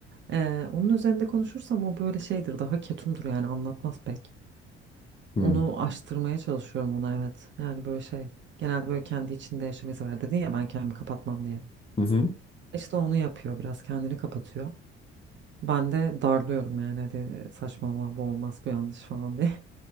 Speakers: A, on the right; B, on the left.
A: Ee, onun üzerinde konuşursam o böyle şeydir daha ketumdur yani anlatmaz pek.
B: Hmm.
A: Onu aştırmaya çalışıyorum ona evet. Yani böyle şey genelde böyle kendi içinde yaşamayı sever dedin ya ben kendimi kapatmam diye.
B: Hı hı.
A: İşte onu yapıyor biraz kendini kapatıyor. Ben de darlıyorum yani hadi saçmalama bu olmaz bu yanlış falan diye.